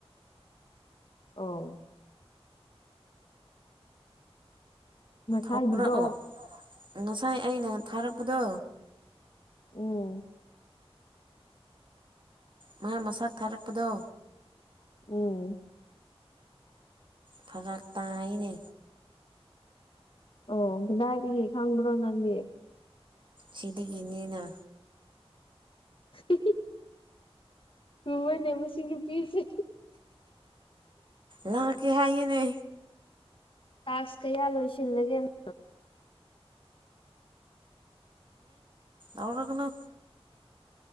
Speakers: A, on the left; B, on the right.
A: ꯑꯥꯎ ꯉꯁꯥꯏꯒꯤꯗꯣ
B: ꯊꯣꯛꯂꯛꯑꯣ ꯉꯁꯥꯏ ꯑꯩꯅ ꯊꯥꯔꯛꯄꯗꯣ
A: ꯑꯣ
B: ꯃꯥ ꯃꯁꯥ ꯊꯥꯔꯛꯄꯗꯣ
A: ꯎꯝ
B: ꯐꯔꯛ ꯇꯅꯦ
A: ꯑꯣꯗꯥꯥꯏꯗꯤ ꯍ ꯈꯪꯕ꯭ꯔꯣ ꯅꯪꯒꯦ
B: ꯁꯤꯗꯒꯤꯅꯦꯅ
A: <inaudible> ꯍꯨꯟꯅꯕꯨꯁꯤꯡꯒꯤ ꯄꯤꯁ
B: ꯂꯥꯛꯀꯦ ꯍꯥꯏꯌꯦꯦꯅꯦ
A: ꯇꯥꯛꯁ ꯀꯌꯥ ꯂꯣꯏꯁꯤꯜꯂꯒꯦꯅ
B: ꯑꯧꯔ ꯀꯩꯅ